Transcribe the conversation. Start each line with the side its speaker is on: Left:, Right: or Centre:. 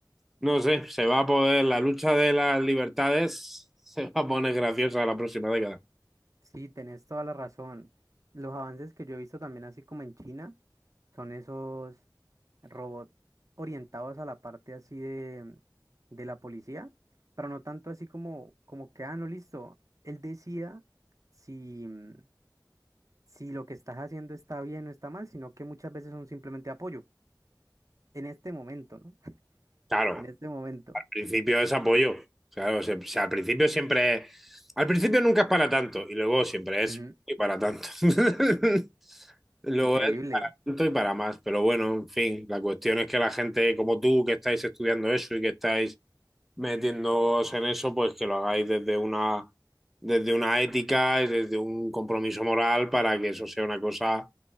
Centre: no sé, se va a poder, la lucha de las libertades se va a poner graciosa la próxima década.
Right: Sí, tenés toda la razón. Los avances que yo he visto también así como en China son esos robots orientados a la parte así de, de la policía, pero no tanto así como, como que, ah, no, listo, él decida si, mm, si lo que estás haciendo está bien o está mal, sino que muchas veces son simplemente apoyo, en este momento, ¿no? <laughs>
Centre: Claro,
Right: En este momento.
Centre: principio es apoyo. Claro, o o sea, al principio siempre es. Al principio nunca es para tanto y luego siempre es
Right: Ujú,
Centre: y para tanto. <laughs> luego
Right: Increíble.
Centre: es para tanto y para más. Pero bueno, en fin, la cuestión es que la gente como tú que estáis estudiando eso y que estáis metiéndoos en eso, pues que lo hagáis desde una, desde una ética y desde un compromiso moral para que eso sea una cosa